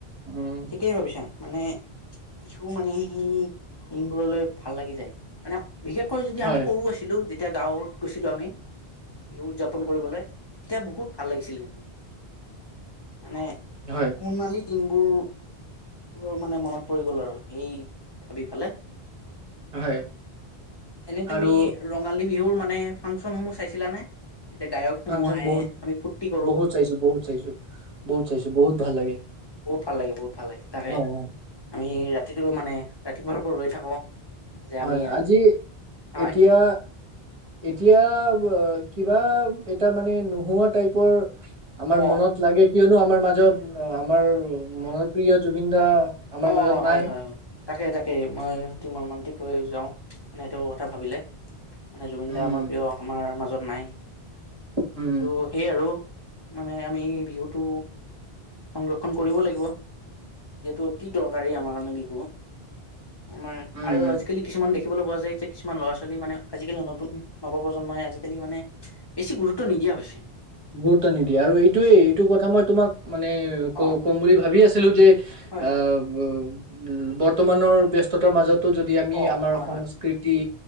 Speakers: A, on the right (about 40°); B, on the left (about 30°).
A: উম
B: ঠিকেই ভাবিছা মানে বিহু মানে, সেই দিনবোৰলৈ ভাল লাগি যায়, মানে বিশেষকৈ যদি
A: হয়
B: আমি সৰু আছিলো যেতিয়া গাঁৱত গৈছিলো আমি, শিহু উদযাপন কৰিবলৈ এতিয়া বহুত ভাল লাগিছিল কিন্তু, মানে
A: হয়
B: সণালী বোৰ মোৰ মানে মনত পৰি গ'ল আৰু, সেই ভাবি ফালে।
A: হয়,
B: এনে তুমি
A: আৰু
B: ৰঙালী বিহুৰ মানে, ফাংচনসমূহ চাইছিলানে? যেতিয়া গায়কসমূহ
A: ফাংচন
B: আহে
A: বহুত,
B: আমি ফূৰ্তি কৰো
A: বহুত চাইছো, বহুত চাইছো, বহুত চাইছো, বহুত ভাল লাগে।
B: বহত ভালাগ, বহুত। ভাল লাগে, তাকেই।
A: হয় হয়
B: আমি ৰাতিটো মানে, ৰাতিপুৱাৰ পৰা ৰৈ থাকো যে
A: হয়,
B: আমি
A: আজি
B: হয়
A: এতিয়া এতিয়া, কিবা এটা মানে নোহোৱা টাইপৰ আমাৰ
B: অ
A: মনত লাগে কিয়নো আমাৰ মাজত অঁ আমাৰ মনপ্ৰিয় জুবিন দা আমাৰ
B: অঁ
A: মাজত নাই
B: হয় হয় হয় তাকে তাকে মই অতি মৰ্মান্তিক হৈ যাওঁ মানে সেইটো কথা ভাবিলে। মানে জুবিনদাৰ
A: উম
B: আমাৰ প্ৰিয় আমাৰ মাজত নাই
A: উম
B: কিন্তু সেইয় আৰু মানে আমি বিহুটো সংৰক্ষণ কৰিব লাগিব। যিহেতু কি দৰকাৰী আমাৰ কাৰণে বিহু? আমাৰ
A: উম
B: আৰু আজিকালি কিছুমান দেখি দেখিবলৈ পোৱা যায় যে কিছুমান ল'ৰা ছোৱালী মানে আজিকালি নতুন নৱ প্ৰজন্মই আজিকালি মানে বেছি গুৰুত্ব নিদিয়া হৈছে।
A: গুৰুত্ব নিদিয়ে আৰু এইটোয়ে এইটো কথা মই তোমাক ম মান
B: অ
A: ক-কম বুলি ভাবি আছো ছিলো যে
B: হয়
A: অঁ,
B: হয়
A: উম বৰ্তমানৰ ব্যস্ততাৰ মাজত যদি আমি
B: অ
A: আমাৰ
B: হয়
A: সংস্কৃতি
B: হয়